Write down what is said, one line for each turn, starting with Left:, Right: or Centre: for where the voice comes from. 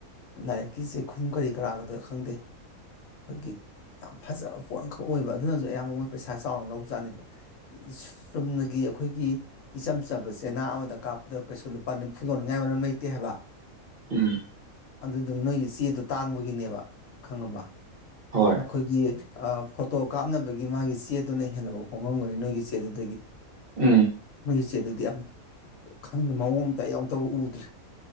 Left: ꯂꯥꯏꯔꯤꯛꯀꯤ ꯆꯦꯛꯈꯨꯝ ꯀꯔꯤ ꯀꯔꯥꯒꯗꯣꯏ ꯈꯪꯗꯦ ꯑꯩꯈꯣꯏꯒꯤ ꯌꯥꯝ ꯐꯖꯕ ꯄꯣꯠ ꯑꯃꯈꯛ ꯑꯣꯏꯕ ꯑꯗꯨꯅꯁꯨ ꯑꯌꯥꯝꯕ ꯃꯣꯏ ꯄꯩꯁꯥ ꯆꯥꯎꯅ ꯂꯧꯧꯕꯖꯥꯠꯅꯦꯕ ꯆꯨꯝꯅꯒꯤ ꯑꯩꯈꯣꯏꯒꯤ ꯏꯆꯝ ꯆꯝꯕ ꯆꯦꯅꯥ ꯑꯃꯗ ꯀꯥꯞꯄꯗ ꯀꯩꯁꯨ ꯂꯨꯄꯥ ꯅꯤꯝꯐꯨ ꯌꯧꯅꯤꯡꯉꯥꯏ ꯑꯣꯏꯝ ꯂꯩꯇꯦ ꯍꯥꯏꯕ
Right: ꯎꯝ
Left: ꯑꯗꯨꯗꯨ ꯅꯣꯏꯒꯤ ꯆꯦꯗꯣ ꯇꯥꯡꯕꯒꯤꯅꯦꯕ ꯈꯪꯉꯕ꯭ꯔ
Right: ꯍꯣꯏ
Left: ꯑꯩꯈꯣꯏꯒꯤ ꯐꯣꯇꯣ ꯀꯥꯞꯅꯕꯒꯤ ꯃꯥꯒꯤ ꯆꯦꯗꯨꯅ ꯍꯦꯟꯅꯕ ꯍꯣꯡꯉꯝꯒꯅꯤ ꯅꯣꯏꯒꯤ ꯆꯦꯗꯨꯗꯒꯤ
Right: ꯎꯝ
Left: ꯃꯣꯏꯁꯦ ꯑꯗꯨꯗꯤ ꯌꯥꯝ ꯈꯪꯗ ꯃꯑꯣꯡꯇ ꯌꯥꯎꯗꯕ ꯎꯗ꯭ꯔꯦ